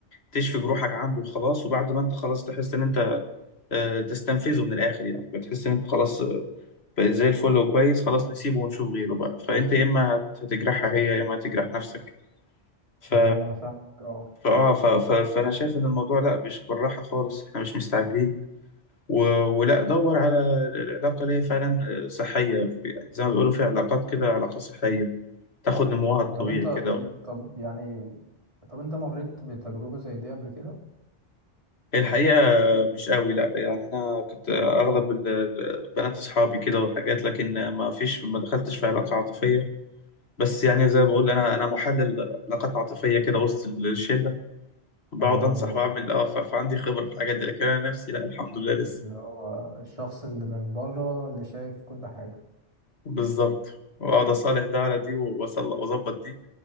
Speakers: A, on the left (about 70°); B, on the right (about 30°).
A: تشفي جروحك عنده وخلاص وبعد ما انت خلاص تحس ان انت آه، تستنفذه من الاخر يعني بتحس ان انت خلاص آه، بقيت زي الفل وكويس خلاص نسيبه ونشوف غيره بقى فانت يا اما هتجرحها هي يا اما هتجرح نفسك ف
B: تمام انا فاهمك اه
A: فاه ف... ف... فانا شايف ان الموضوع لا مش بالراحه خالص احنا مش مستعجلين و... ولا دور على العلاقه اللي هي فعلا آه، صحيه يعني زي ما بيقولوا في علاقات كده علاقه صحيه تاخد نموها الطبيعي
B: طب انت
A: كده
B: طب طب يعني طب انت مريت بتجربة زي دي قبل كده؟
A: الحقيقة مش قوي لا يعني أنا كنت أغلب ال- ال- بنات أصحابي كده وحاجات لكن ما فيش ما دخلتش في علاقة عاطفية بس يعني زي ما بقول أنا أنا محلل علاقات عاطفية كده وسط الشلة بقعد
B: اه
A: أنصح وأعمل أه ف- فعندي خبرة في الحاجات دي لكن أنا نفسي لا الحمد لله لسه
B: اللي هو الشخص اللي من بره اللي شايف كل حاجة
A: بالظبط وأقعد أصالح ده على دي وأصل- وأظبط دي